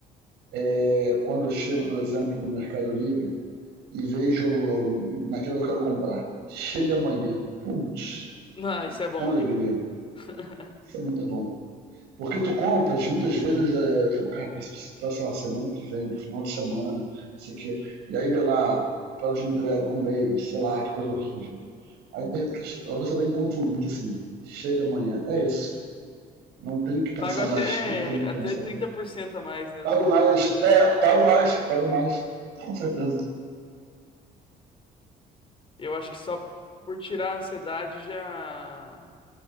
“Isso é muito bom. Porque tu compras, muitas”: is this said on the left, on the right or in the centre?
Right